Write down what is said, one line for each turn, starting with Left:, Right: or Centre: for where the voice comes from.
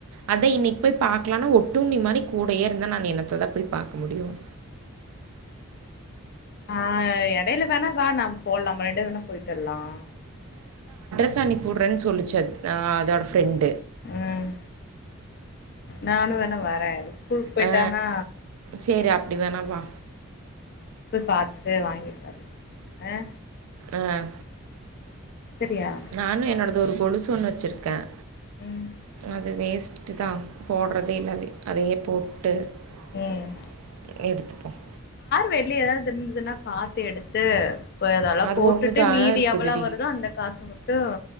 Right: அத இன்னைக்கு போய் பாக்கலானா ஒட்டுண்ணி மாதிரி கூடயே இருந்தா நான் என்னத்த தான் போய் பார்க்க முடியும்
Left: ஆஹ் எடையில வேணா வா நான் போலாம் நம்மரெண்டு வேணா போயிட்டுரலாம்
Right: சா அனுப்பி விடுறேன் சொல்லிச்சது அதோட ஃபிரெண்ட்
Left: உம் நானும் வேண வரேன் ஸ்கூலுக்கு போயிட்டானா
Right: ஆ சேரி அப்டி வேணா வா
Left: போய் பாத்து வாங்கிட்டு வரலாம் ஆ
Right: ஆஹ்
Left: சரியா
Right: நானும் என்னோடது ஒரு கொலுச ஒன்ன வச்சிருக்கேன்
Left: ம்
Right: அது வேஸ்ட் தான் போடுறதே இல்லது அதையே போட்டு ட்டு
Left: ம்
Right: எடுத்துப்போம்
Left: வெள்ளி ஏதாது இருந்துதுன்னா பாத்து எடுத்து அதெல்லாம்
Right: அது
Left: போட்டுட்டு
Right: ஒன்று தான்
Left: மீதி
Right: இருக்குதுடி
Left: எவ்வளவு வருதோ அந்த காசு ட்டு